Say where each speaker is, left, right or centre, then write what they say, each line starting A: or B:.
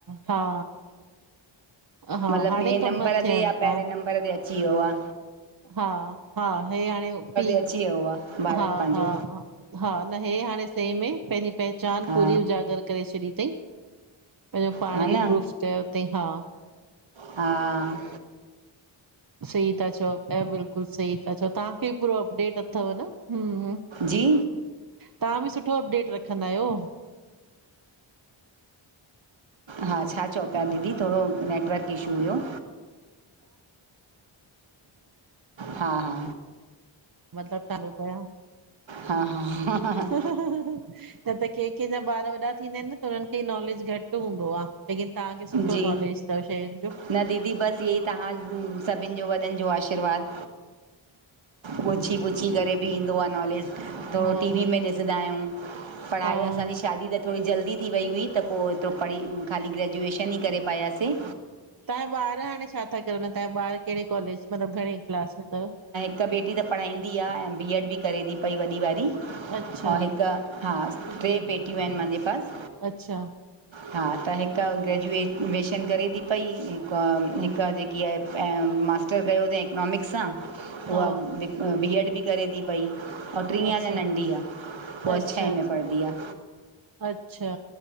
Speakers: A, on the right; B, on the right.
A: हा। हा
B: मतिलब
A: हाणे
B: ॿिए
A: कम
B: नंबर
A: थियनि
B: ते या पहिरें
A: था
B: नंबर ते अची वियो आ।
A: हा, हा हे हाणे पी
B: अची वियो आहे भारत
A: हा,
B: पंहिंजो
A: हा। हा न हे हाणे सह में पंहिंजी पहचान
B: हा
A: पूरी उजागर करे छॾी थई। पंहिंजो पाण
B: हा न
A: खे प्रूफ चयो थई हा।
B: हा
A: सही ता चओ पया बिल्कुलु सही था चओ तव्हांखे पूरो अपडेट अथव न। हु, हु
B: जी
A: तव्हां बि सुठो अपडेट रखंदा आहियो।
B: हा छा चओ पिया दीदी थोरो नेटवर्क इशू हुयो। हा, हा।
A: मतिलब <unintelligible> पया।
B: हा, हा।
A: न त कंहिं कंहिंजा ॿार वॾा थींदा आहिनि न त हुनन्हनि खे नॉलेज घटि हूंदो आ। लेकिन तव्हांखे सुठो
B: जी
A: नॉलेज थव शयुनि जो।
B: न दीदी बसि इहे ई तव्हां सभिनि जो वॾनि जो आशीर्वाद। पुछी पुछी करे बि ईंदो आ नॉलेज। थोरो
A: हा
B: टी वी में ॾिसंदा आहियूं, पढ़ाई
A: हा
B: असांजी शादी त थोरी जल्दी थी वई हुई त पोइ एतिरो पढ़ी ख़ाली ग्रेजुएशन ई करे पायासे।
A: तव्हांजा ॿार हाणे छा था करनि तव्हांजा ॿार कहिड़े कॉलेज मतलबु घणे क्लास में थव?
B: हिक बेटी त पढ़ाईंदी आ ऐं बी एड बि करे थी पई वॾी वारी
A: अच्छा
B: ऐं हिकु हा ट्रे बेटियूं आहिनि मुंहिंजे पास।
A: अच्छा।
B: हा त हिकु हिकु ग्रेजुएट एशन करे थी पई हिकु, हिकु जेकी आहे मास्टर कयो थईं हि इकनॉमिक्स आ,
A: हा
B: उहा बि बी एड बि करे थी पई ऐं टीह
A: अच्छा
B: अञा नंढी आहे उहा
A: अच्छा
B: छहें
A: अच्छा
B: में पढ़ंदी आ।
A: अच्छा।